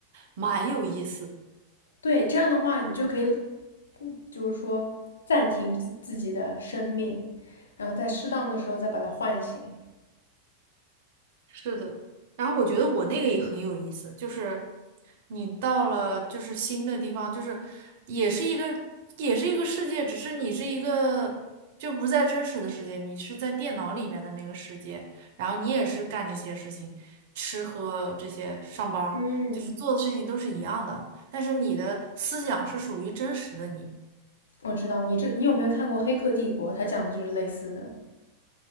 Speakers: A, on the right (about 55°); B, on the left (about 65°).
A: 蛮有意思的。
B: 对，这样的话，你就可以，嗯就是说暂停自自己的生命，然后在适当的时候再把它唤醒。
A: 是的，然后我觉得我那个也很有意思，就是你到了就是新的地方，就是也是一个也是一个世界，只是你是一个就不在真实的世界，你是在电脑里面的那个世界，然后你也是干这些事情，吃喝这些，上班儿就是做的事情都是一样的，
B: 嗯，
A: 但是你的思想是属于真实的你，
B: 我知道你这，你有没有看过《黑客帝国》？它讲的就是类似的，